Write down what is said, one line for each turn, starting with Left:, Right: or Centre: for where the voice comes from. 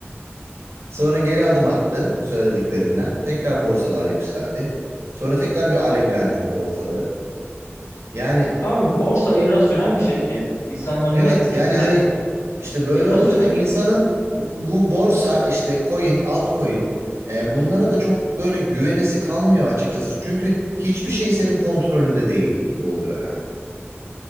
Right: Sonra geri adım attı söylediklerinden. Tekrar borsalar yükseldi. Sonra tekrar bir alevlendirdi ortalığı. Yani
Left: Abi borsa irrasyonel bir şey ki. İnsanların
Right: evet
Left: hareketleri
Right: yani hani işte böyle
Left: irrasyonel.
Right: olunca da insanın bu borsa işte coin, altcoin e, bunlara da çok böyle güvenesi kalmıyor açıkçası. Çünkü hiçbir şey senin kontrolünde değil gibi oluyor yani.